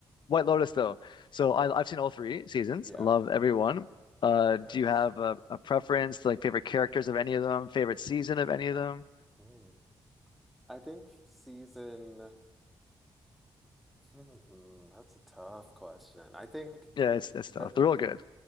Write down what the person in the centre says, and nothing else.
yeah,
yes.
Hmm. I think season, hmm, that's a tough question. I think
the